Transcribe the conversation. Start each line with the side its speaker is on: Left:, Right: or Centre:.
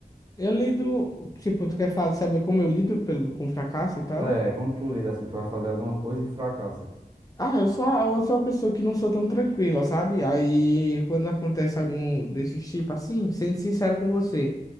Left: Eu lido, tipo, tu quer falar, saber como eu lido pelo, com fracasso e tal?
Right: É, como tu lida assim? Tu vai fazer alguma coisa e fracassa.
Left: Ah, eu sou, eu sou uma pessoa que não sou tão tranquila, sabe? Aí, quando acontece algum desses tipo assim, sendo sincero com você,